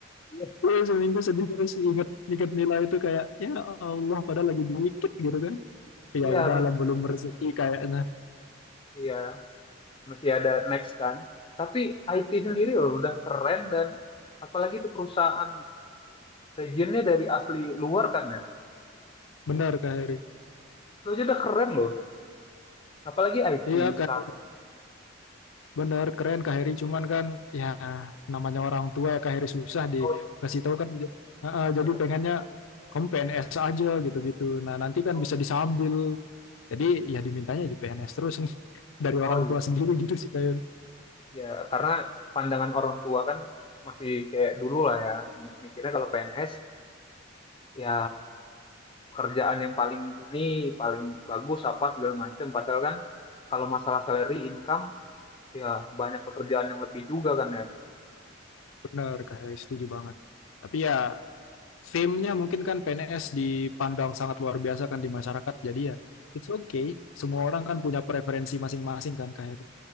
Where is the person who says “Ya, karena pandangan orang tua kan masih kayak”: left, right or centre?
Left